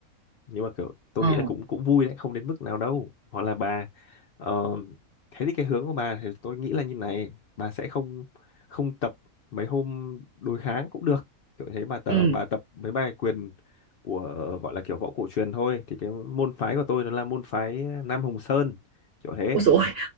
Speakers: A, on the left; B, on the right.
A: nhưng mà kiểu tôi
B: Ờ.
A: nghĩ là cũng cũng vui đấy không đến mức nào đâu hoặc là bà ờ, thế thì cái hướng của bà thì tôi nghĩ là như này bà sẽ không không tập mấy hôm đối kháng cũng được kiểu thế bà tập
B: Ừ.
A: bà tập mấy bài quyền của gọi là kiểu võ cổ truyền thôi thì cái môn phái của tôi nó là môn phái Nam Hồng Sơn kiểu thế
B: Ôi dồi, ôi,